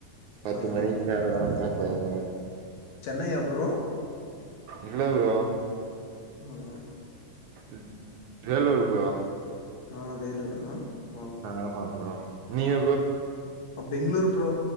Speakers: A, on the right; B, on the left.
A: பத்து
B: ஆ
A: மணி வேலல்லா ஸ்டார்ட் பண்ணணுமாக்குது
B: சென்னையா ப்ரோ
A: இல்ல ப்ரோ
B: ஆஹ
A: ம் வேலூர் ப்ரோ
B: ஆ வேலூரா ஆ
A: ஆமா ப்ரோ நீங்க
B: அ பெங்களூர் ப்ரோ